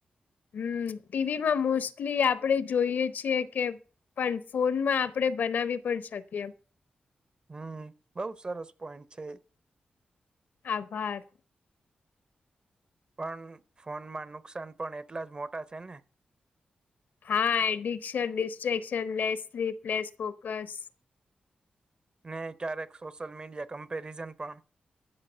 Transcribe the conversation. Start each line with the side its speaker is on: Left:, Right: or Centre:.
Left: હમ ટીવી માં મોસ્ટલી આપણેે જોઈએ છીએ કે. પણ ફોનમાં આપણે બનાવી પણ શકીએ.
Right: હમ બઉ સરસ પોઈન્ટ છે.
Left: આભાર.
Right: પણ ફોનમાં નુકસાન પણ એટલા જ મોટા છે ને.
Left: હા addiction, distraction, less sleep, less focus.
Right: ને ક્યારેક સોશિયલ મીડિયા કમ્પેરિઝન પણ.